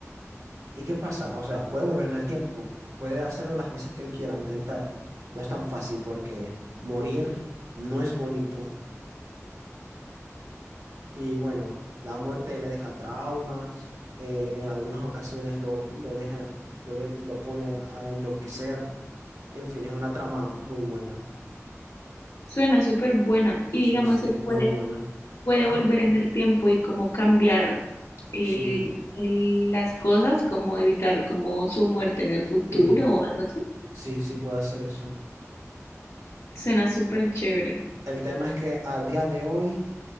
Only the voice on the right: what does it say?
¿Y qué pasa? O sea, puede volver en el tiempo, puede hacerlo las veces que él quiera, intentar. No es tan fácil porque morir no es bonito. Y bueno, la muerte le deja traumas, eh, en algunas ocasiones lo, lo deja, lo, de- lo pone a enloquecer. En fin, es una trama muy buena.
Sí,
sí,
es
muy buena.
¿Ah?
Sí,
sí.
Sí, sí puede hacer eso.
El tema es que a día de hoy